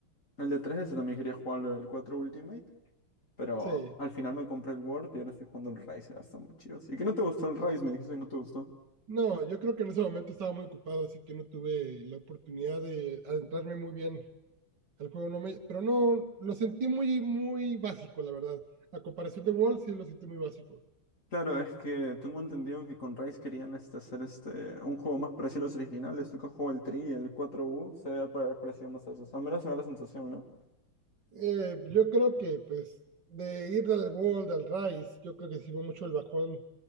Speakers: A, on the left (about 40°); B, on the right (about 60°).
A: El de 3DS también quería jugarlo, el 4 Ultimate. Pero
B: sí.
A: al final me compré el Word y ahora estoy jugando el Rise, ahora está muy chido. ¿Y que no te gustó el Rise? Me dijiste que no te gustó.
B: No, yo creo que en ese momento estaba muy ocupado, así que no tuve la oportunidad de adentrarme muy bien al juego. No me, pero no, lo sentí muy, muy básico, la verdad. A comparación de World, sí lo sentí muy básico.
A: Claro, es que tengo entendido que con Rise querían este, hacer este, un juego más parecido a los originales. Tú que has jugado el 3 y el 4U, se ve pa- parecido más a esos. Al menos me da la sensación, ¿no?
B: Eh, yo creo que, pues, de ir del World al Rise, yo creo que sí fue mucho el bajón,